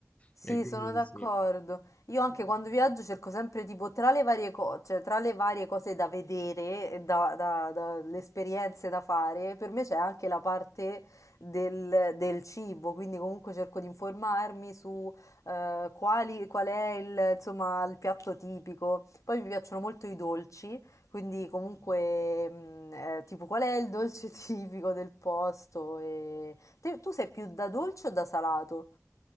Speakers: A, on the left (about 80°); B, on the left (about 25°).
A: Sì,
B: e quindi
A: sono d'accordo.
B: sì.
A: Io anche quando viaggio cerco sempre tipo tra le varie cose, cioè tra le varie cose da vedere, e da, da- da- le esperienze da fare, per me c'è anche la parte del, del cibo, quindi comunque cerco di informarmi su eh, quali, qual è il, insomma, il piatto tipico. Poi mi piacciono molto i dolci, quindi comunque mm, eh, tipo qual è il dolce <laughs> tipico del posto. E... Te- tu sei più da dolce o da salato?